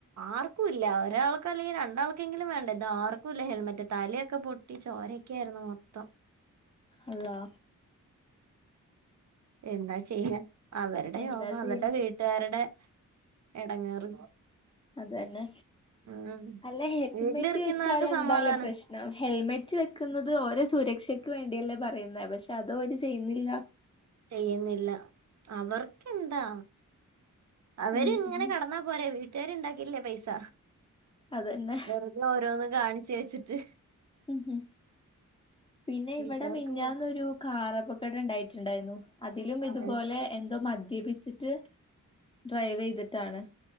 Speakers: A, on the right; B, on the left.
A: ആർക്കു ഇല്ല ഒരാൾക് അല്ലെങ്കിൽ രണ്ടാൾക്കെങ്കിലും വേണ്ട ഇത് ആർക്കുല്ല ഹെൽമെറ്റ് തലൊക്കെ പൊട്ടി ചോരക്കായിരുന്നു മൊത്തം
B: അള്ളാ
A: എന്താ ചെയ്യ അവരുടെ
B: എന്താ
A: യോഗം അവരുടെ
B: ചെയ്യാ
A: വീട്ടുകാരുടെ എടങ്ങേറ്
B: അത് തന്നെ
A: ഉം
B: അല്ല ഹെൽമെറ്റ്
A: വീട്ടിലിരിക്കുന്നവർക്ക്
B: വെച്ചാൽ എന്താലെ
A: സമാധാനം
B: പ്രശ്നം ഹെൽമെറ്റ് വെക്കുന്നത് ഒര സൂരക്ഷ ക്ഷക്ക് വേണ്ടിയല്ലേ പറയുന്നെ പക്ഷെ അത് ഓല് ചെയ്യുന്നില്ല
A: ചെയ്യുന്നില്ല അവർക്കെന്താ അവര്
B: ഉം
A: ഇങ്ങനെ
B: ഉം
A: കെടന്നാ പോരെ വീട്ടില് ട്ടാരുണ്ടാക്കില്ലേ പൈസ
B: അതന്നെ
A: വെറുതെ ഓരോന്നും കാണിച്ചേയ്ച്ച് <inaudible>
B: ഉം ഉം പിന്നെ
A: വീട്ടുകാർക്ക്
B: ഇവിടെ മിഞ്ഞാന്നൊരു കാറപകട ഉണ്ടായിട്ടുണ്ടായിന്നു അതിലും ഇതുപോലെ
A: അതെ
B: എന്തോ മ ദ്യപിച്ചിട്ട് ഡ്രൈവ് ചെയ്തിട്ടാണ്